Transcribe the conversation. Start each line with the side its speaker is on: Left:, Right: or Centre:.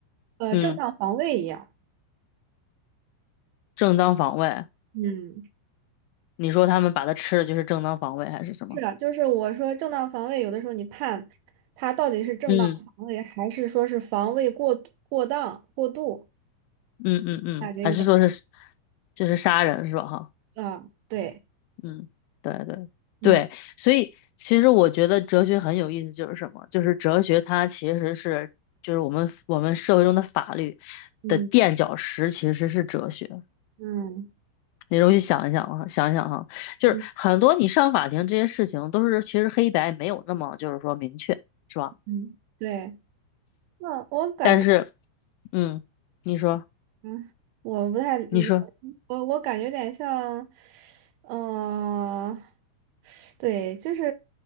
Right: 呃，
Left: 嗯，
Right: 正当防卫一样。
Left: 正当防卫。
Right: 嗯，
Left: 你说他们把它吃了就是正当防卫还是什么？
Right: 是的，就是我说正当防卫，有的时候你判他到底是正当防卫，
Left: 嗯
Right: 还是说是防卫过度过当、过度，
Left: 嗯嗯嗯，
Right: 感觉有点
Left: 还是说是就是杀人是吧？哈，
Right: 啊，对，
Left: 嗯，对对对，
Right: 嗯
Left: 所以其实我觉得哲学很有意思，就是什么？就是哲学它其实是就是我们我们社会中的法律的垫脚石，
Right: 嗯
Left: 其实是哲学。
Right: 嗯
Left: 你容易想一想啊，想一想哈，就是很多你上法庭这些事情都是其实黑白没有那么就是说明确，
Right: 嗯
Left: 是吧？
Right: 嗯，对。那我感觉，
Left: 但是嗯，你说
Right: 嗯我不太理解，
Left: 你说
Right: 我我感觉有点像，嗯、对，就是